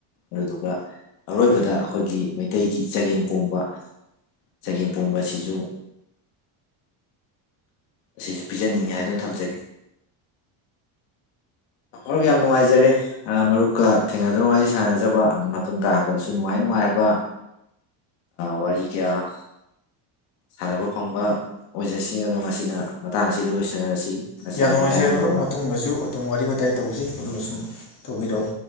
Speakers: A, on the left; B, on the left.
A: ꯑꯗꯨꯗꯨꯒ ꯑꯔꯣꯏꯕꯗ ꯑꯩꯈꯣꯏꯒꯤ ꯃꯩꯇꯩꯒꯤ ꯆꯒꯦꯝꯄꯣꯝꯕ ꯆꯒꯦꯝꯄꯣꯝꯕ ꯑꯁꯤꯁꯨ ꯑꯁꯤꯁꯨ ꯄꯤꯖꯅꯤꯡꯉꯤ ꯍꯥꯏꯗꯨꯅ ꯊꯝꯖꯒꯦ ꯍ ꯌꯥꯝ ꯅꯨꯡꯉꯥꯏꯖꯔꯦ ꯃꯔꯨꯞꯀ ꯊꯦꯡꯅꯗꯨꯅ ꯋꯥꯔꯤ ꯁꯥꯟꯅꯖꯕ ꯑꯗꯨꯣ ꯃꯇꯨꯡ ꯇꯥꯔꯛꯄꯗꯁꯨ ꯅꯨꯡꯉꯥꯏ ꯅꯨꯡꯉꯥꯏꯔꯕ ꯋꯥꯔꯤ ꯀꯌꯥ ꯁꯥꯟꯅꯕ ꯐꯪꯕ ꯑꯣꯏꯖꯁꯤ ꯑꯗꯣ ꯃꯁꯤꯅ ꯃꯇꯥꯡ ꯑꯁꯤꯗ ꯂꯣꯏꯁꯤꯟꯅꯔꯁꯤ ꯉꯁꯤꯒꯤꯗꯤ
B: ꯌꯥꯝ ꯅꯨꯡꯉꯥꯏꯖꯔꯦ
A: ꯀꯥꯏꯍꯟꯅꯕ
B: ꯃꯔꯨꯞ ꯃꯇꯨꯡꯗꯁꯨ ꯑꯗꯨꯝ ꯋꯥꯔꯤ ꯋꯥꯇꯥꯏ ꯇꯧꯖꯩ ꯑꯗꯨꯁꯨ ꯇꯧꯕꯤꯔꯛꯎ